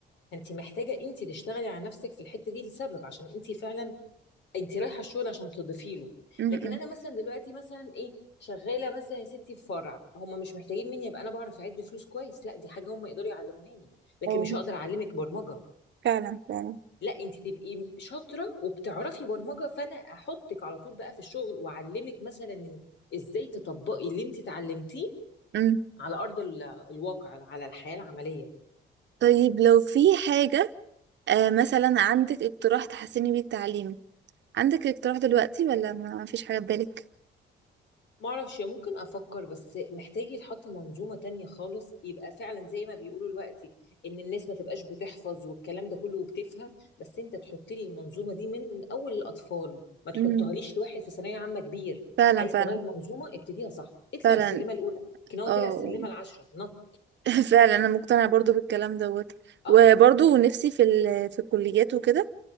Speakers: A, on the left; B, on the right.
A: انت محتاجه انت تشتغلي على نفسك في الحته دي لسبب عشان انت فعلا انت رايحه الشغل عشان تضيفي له
B: امم
A: لكن انا مثلا دلوقتي مثلا ايه شغاله مثلا يا ستي في فرع هم مش محتاجين مني يبقى انا بعرف اعد فلوس كويس لا دي حاجه هم يقدروا يعلموهاني لكن
B: اه
A: مش هقدر اعلمك برمجه
B: فعلا فعلا
A: لا انت تبقي شاطره وبتعرفي برمجه فانا احطك على طول بقى في الشغل واعلمك مثلا إن ازاي تطبقي اللي انت اتعلمتيه
B: امم
A: على ارض ال- الواقع على الحياه العمليه
B: طيب لو في حاجة آه مثلا عندك اقتراح تحسني بيه التعليم عندك اقتراح دلوقتي ولا ما ما فيش حاجة في بالك
A: معرفش ممكن افكر بس محتاج يتحط منظومة تانية خالص يبقى فعلا زي ما بيقولوا دلوقتي ان الناس ما تبقاش بتحفظ والكلام ده كله وبتفهم بس انت تحط لي المنظومة دي من اول الاطفال ما تحطهاليش
B: امم
A: لواحد في ثانوية عامة كبير
B: فعلا
A: عايز
B: فعلا
A: تغير منظومة ابتديها صح اطلع
B: فعلا
A: السلمة الاولى لكن هو
B: اه
A: طلع السلمة العشرة نط
B: <laughs> فعلا انا مقتنعة برضو بالكلام دوت
A: اه
B: وبرضو نفسي في ال... في الكليات وكده